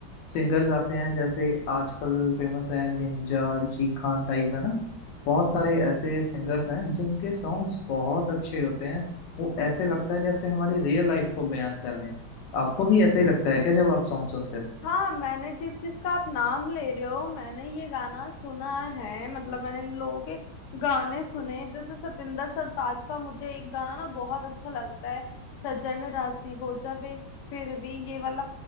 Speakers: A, on the left; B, on the left.
A: सिंगर्स आते हैं जैसे आजकल फेमस है निंजा जी खान टाइप है ना बहुत सारे ऐसे सिंगर्स हैं जिनके सॉन्ग्स बहुत अच्छे होते हैं वो ऐसे लगता है जैसे हमारी रियल लाइफ को बयान कर रहे हैं आपको भी ऐसा ही लगता है क्या जब आप सॉन्ग सुनते हो
B: हाँ मैंने जिस चीज का आप नाम ले रहे हो मैंने ये गाना सुना है मतलब मैंने इन लोगों के गाने सुने जैसे सतिंदर सरताज का मुझे एक गाना ना बहुत अच्छा लगता है सजन राशि हो जावे फिर भी ये वाला